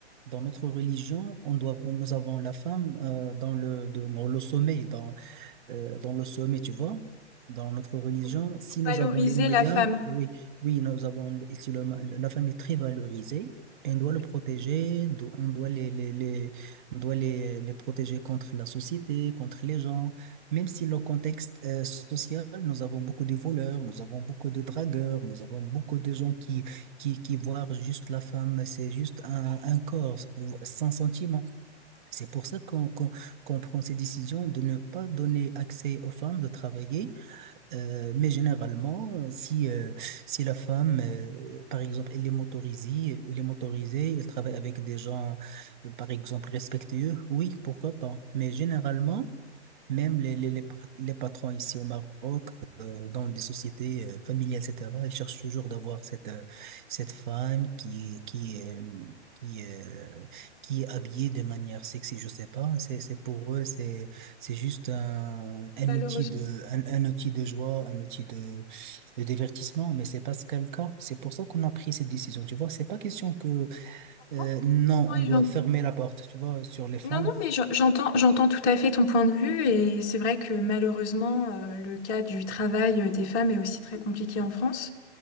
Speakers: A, on the right; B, on the left.
A: dans notre religion, on doit, on- nous avons la femme euh, dans le, de- dans le sommeil, euh, dans le sommet, tu vois. Dans notre religion,
B: pour,
A: si
B: pour
A: nous
B: valoriser
A: avons les moyens,
B: la femme.
A: oui, oui, nous avons, les- si le- la femme est très valorisée, on doit
B: Oui,
A: le protéger, do- on doit les, les, les- on doit les, les protéger contre la société, contre les gens. Même si le contexte euh, social, nous avons beaucoup de voleurs, nous avons beaucoup de dragueurs, nous avons beaucoup de gens qui, qui, qui voient juste la femme, c'est juste un, un corps sans sentiment. C'est pour ça qu'on qu'on- qu'on prend ces décisions de ne pas donner accès aux femmes de travailler. Euh, mais généralement, si, euh, si la femme, euh, par exemple, elle est motorisée, elle est motorisée, elle travaille avec des gens, euh, par exemple, respectueux, oui, pourquoi pas. Mais généralement, même les, les, les, par- les patrons ici au Maroc, euh, dans des sociétés euh, familiales, etc., ils cherchent toujours d'avoir cette, euh, cette femme qui est, qui est, euh, qui est, euh, qui est habillée de manière sexy, je sais pas. C'est, c'est pour eux, c'est, c'est juste un, un
B: malheureusement.
A: outil de, un, un outil de joie, un outil de, de divertissement, mais c'est pas ce qu'est le cas. C'est pour ça qu'on a pris cette décision, tu vois. C'est pas question que, euh,
B: Je
A: non,
B: comprends.
A: on doit fermer la porte, tu vois, sur les femmes.
B: Non, non, mais j'en- j'entends, j'entends tout à fait ton point de vue et c'est vrai que malheureusement, euh, le cas du travail euh, des femmes est aussi très compliqué en France.